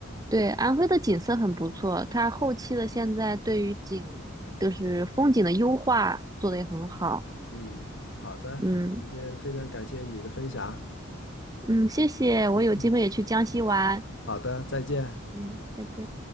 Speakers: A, on the right; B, on the left.
A: 对，安徽的景色很不错，它后期的现在对于景就是风景的优化做得也很好。
B: 嗯，好的，
A: 嗯
B: 今天非常感谢你的分享。
A: 嗯，谢谢，我有机会也去江西玩。
B: 嗯，好的，再见。
A: 嗯，再见。